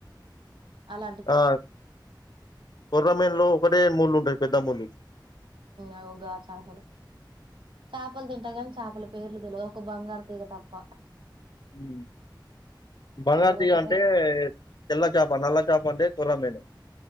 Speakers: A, on the right; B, on the left.
A: అలా
B: ఆ కొర్రమేన్లో ఒకటే మూర్లు ఉంటది పెద్ద మలు
A: అవుగా చేపలు చేపలు తింటా కాని చేపల పేర్లు తెలియదు ఒక బంగారు తీగ తప్ప
B: ఉమ్ బంగారు
A: గదొకటే
B: తీగా అంటే తెల్ల చాప నల్ల పంటే కొర్రమీను